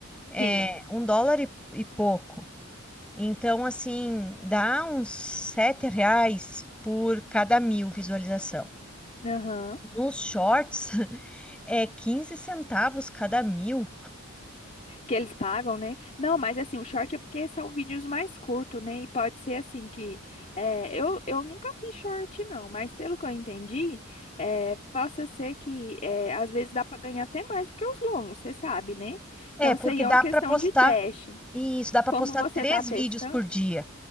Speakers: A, in the centre; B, on the left.
A: É
B: sim,
A: um dólar e, e pouco. Então, assim, dá uns sete reais por cada mil visualização.
B: aham.
A: Nos shorts <laughs> é 15 centavos cada mil.
B: que eles pagam, né? Não, mas assim, o short é porque são vídeos mais curtos, né? E pode ser assim que é, eu, eu nunca fiz short, não, mas pelo que eu entendi, é, possa ser que é, às vezes dá para ganhar até mais do que os longos, você sabe, né?
A: É,
B: Então
A: porque
B: isso aí é
A: dá
B: uma questão
A: para postar
B: de teste.
A: isso, dá para
B: Como
A: postar
B: você
A: três
B: está testando.
A: vídeos por dia.